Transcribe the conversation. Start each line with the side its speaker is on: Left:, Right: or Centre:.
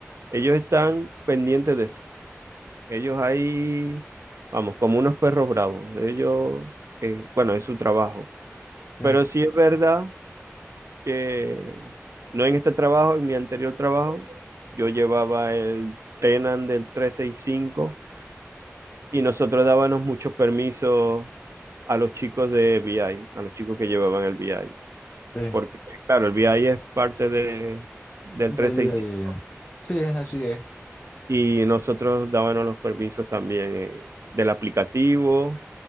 Right: Ellos están pendientes de eso. Ellos ahí, vamos, como unos perros bravos. Ellos, eh, bueno, es su trabajo.
Left: sí,
Right: Pero sí es verdad que no en este trabajo, en mi anterior trabajo, yo llevaba el Tenan del 365 y cinco y nosotros dábamos muchos permisos a los chicos de BI, a los chicos que llevaban el BI.
Left: sí,
Right: Porque, claro, el BI es parte de, del
Left: del
Right: 365
Left: día a día.
Right: y cinco
Left: Sí, así es,
Right: y nosotros dábamos los permisos también eh, del aplicativo.